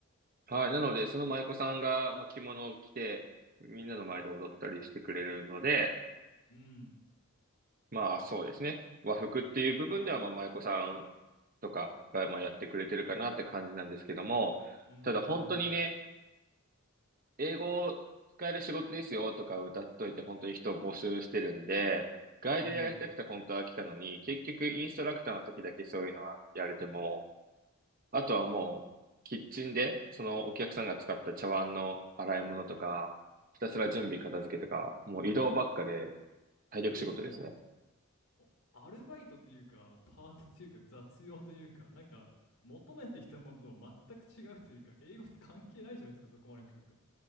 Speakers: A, on the right; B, on the left.
A: はい。なので、その舞妓さんが、まあ、着物を着て、みんなの前で踊ったりしてくれるので、
B: うん。
A: まあそうですね。和服っていう部分では、まあ舞妓さんとかが、まあ、やってくれてるかなって感じなんですけども、
B: うんうん
A: ただ本当にね、英語を使える仕事ですよとか歌っといて、本当に人を募集してるんで、ガイドやりたくて本当は来たのに、
B: うん。うん。
A: 結局インストラクターの時だけそういうのはやれても、あとはもう、キッチンで、そのお客さんが使った茶碗の洗い物とか、ひたすら準備片付けとか、もう移動ばっかで体力仕事ですね。
B: えー、それもおアルバイトというか、パートというか、雑用というか、なんか、求めてきたものと全く違うというか、英語って関係ないじゃないですか、そこまで来ると。